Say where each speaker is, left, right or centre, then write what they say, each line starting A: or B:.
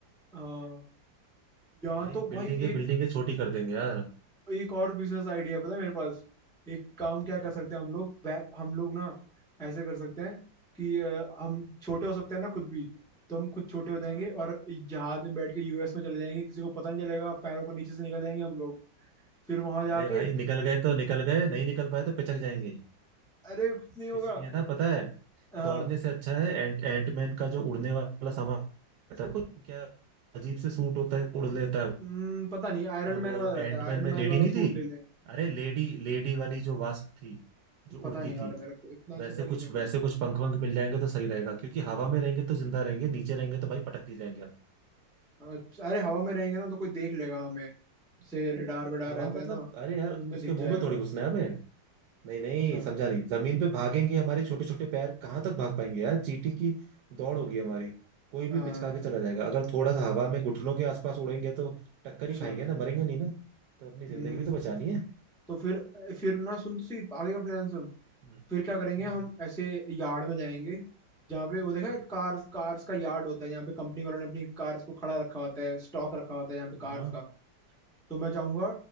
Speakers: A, in the centre; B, on the right.
A: हाँ यहाँ
B: भाई
A: तो भाई
B: बिल्डिंगे बिल्डिंगे छोटी कर देंगे यार
A: एक और बिजनेस आइडिया पता है मेरे पास एक काम क्या
B: क्या
A: कर सकते हैं हम लोग बै- हम लोग ना ऐसे कर सकते हैं कि अ, हम छोटे हो सकते हैं ना खुद भी तो हम खुद छोटे हो जाएंगे
B: हाँ
A: और जहाज में बैठ के यूएस में चले जाएंगे किसी को पता नहीं चलेगा पैरों को नीचे से निकल जाएंगे हम लोग फिर वहां जाके
B: अरे भाई निकल गए तो निकल गए नहीं निकल पाए तो पिचक जाएंगे
A: अरे कुछ नहीं होगा
B: इसलिए ना पता है
A: हाँ
B: दौड़ने से अच्छा है एंट एंटमैन का जो उड़ने वाला सामान रहता है कुछ क्या अजीब से सूट होता है उड़ लेता है
A: हम्म, पता नहीं आयरन
B: जो
A: मैन
B: वो
A: वाला
B: एंटमैन
A: रहता है आयरन
B: में लेडी
A: मैन वाला
B: नहीं
A: सूट
B: थी
A: ले लेंगे
B: अरे लेडी लेडी वाली जो वास्प थी जो
A: पता
B: उड़ती
A: नहीं यार
B: थी
A: मेरे को इतना अच्छे
B: वैसे
A: से नहीं
B: कुछ
A: देखा
B: वैसे
A: मैंने
B: कुछ पंख वंख मिल जाएंगे तो सही रहेगा क्योंकि हवा में रहेंगे तो जिंदा रहेंगे नीचे रहेंगे तो भाई पटक नहीं जाएंगे हम
A: अच्छा, अरे हवा में रहेंगे ना तो कोई देख लेगा हमें जैसे रेडार वेडार
B: हवा
A: रहते
B: मतलब
A: हैं ना
B: अरे यार
A: उनमें
B: उसके
A: दिख
B: मुंह
A: जाएगा
B: में थोड़ी घुसना है हमें, नहीं नहीं
A: अच्छा
B: समझा नहीं जमीन पे भागेंगे हमारे छोटे छोटे पैर कहाँ तक भाग पाएंगे यार चींटी की दौड़ होगी हमारी कोई भी
A: हाँ,
B: पिचका के चला जाएगा अगर थोड़ा सा हवा में घुटनों के आसपास उड़ेंगे तो टक्कर
A: अच्छा
B: ही खाएंगे ना मरेंगे नहीं ना तो अपनी जिंदगी
A: हम्म
B: भी तो बचानी है
A: तो फिर फिर ना सुन तो सही आगे का प्लान सुन
B: हम्म,
A: फिर क्या करेंगे
B: हम्म,
A: हम ऐसे यार्ड में जाएंगे जहाँ पे वो देखा है
B: हाँ
A: कार्स कार्स का यार्ड होता है जहाँ पे कंपनी वालों ने अपनी कार्स को खड़ा रखा होता है स्टॉक रखा होता है जहाँ पे कार्स
B: हाँ
A: का तो मैं जाऊंगा